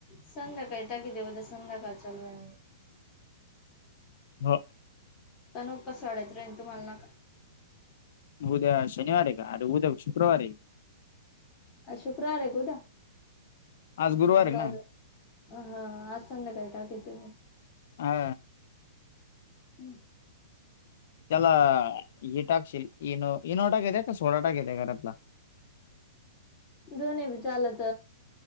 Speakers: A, on the left; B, on the left.
A: संध्याकाळी टाकी ते उद्या संध्याकाळच्यायल
B: हा
A: कसं वाढत राहीन तुम्हाला ना
B: उद्या शनिवार आहे का अरे उद्या शुक्रवार आहे
A: काय शुक्रवार आहे का उद्या
B: आज गुरुवार आहे ना
A: बर हा आज संध्याकाळी टाकीन मी तुला
B: हा
A: हम्म
B: त्याला हे टाकशिल इनो नाही टाकायचा सोडा टाकायचा घरातला <unintelligible>
A: दोन चालत